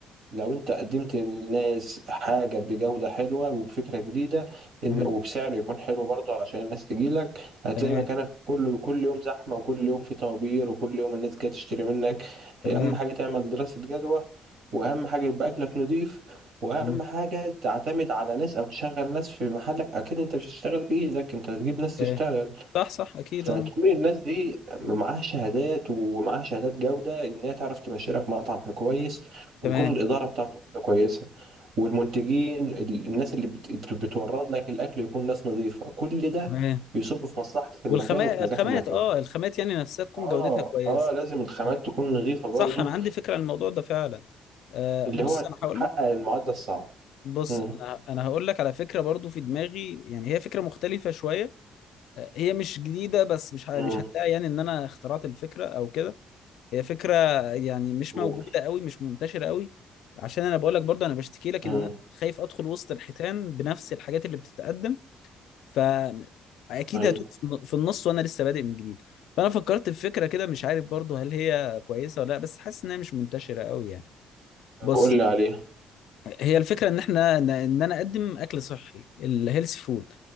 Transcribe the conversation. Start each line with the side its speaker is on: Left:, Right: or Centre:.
Right: لو انت قدمت للناس حاجة بجودة حلوة وبفكرة جديدة ان
Left: مم.
Right: وبسعر يكون حلو برضه عشان الناس تجيلك هتلاقي
Left: تمام
Right: مكانك كله كل يوم زحمة وكل يوم في طوابير وكل يوم الناس جاية تشتري منك
Left: تمام
Right: اهم حاجة تعمل دراسة جدوى واهم حاجة يبقى اكلك نضيف واهم
Left: تمام
Right: حاجة تعتمد على ناس او تشغل ناس في محلك اكيد انت مش هتشتغل بايدك انت هتجيب ناس تشتغل
Left: تمام. صح صح اكيد
Right: فتكون
Left: اه
Right: الناس دي معاها شهادات ومعاها شهادات جودة إن هي تعرف تمشي لك مطعم كويس ويكون
Left: تمام
Right: الإدارة بتاعته كويسة والمنتجين ال- الناس اللي بت- بتورد لك الأكل يكون ناس نظيفة كل ده
Left: تمام
Right: بيصب في مصلحة المكان
Left: والخامات
Right: وفي نجاح
Left: الخامات
Right: المكان
Left: اه الخامات يعني نفسها تكون
Right: آه
Left: جودتها كويسه
Right: آه لازم الخامات
Left: تمام
Right: تكون نظيفة برضو
Left: صح انا عندي فكره عن الموضوع ده فعلا آه
Right: اللي
Left: بص
Right: هو تحقق
Left: انا هقول لك
Right: المعادلة الصعبة
Left: بص
Right: مم.
Left: انا انا هقول لك على فكره برضو في دماغي يعني هي فكره مختلفه شويه آه هي مش جديده بس مش ه-
Right: مم.
Left: مش هدعي يعني ان انا اخترعت الفكره او كده هي فكره يعني مش
Right: قول.
Left: موجوده قوي مش منتشره قوي عشان انا بقول لك برضو انا بشتكي لك
Right: مم.
Left: ان انا خايف ادخل وسط الحيتان بنفس الحاجات اللي بتتقدم فاكيد
Right: أيوه
Left: هتوه في في النص وانا لسه بادئ من جديد فانا فكرت في فكره كده مش عارف برضو هل هي كويسه ولا لا بس حاسس انها مش منتشره قوي يعني
Right: طب
Left: بص
Right: قول لي عليه
Left: هي الفكره ان احنا ان انا اقدم اكل صحي الهيلث فود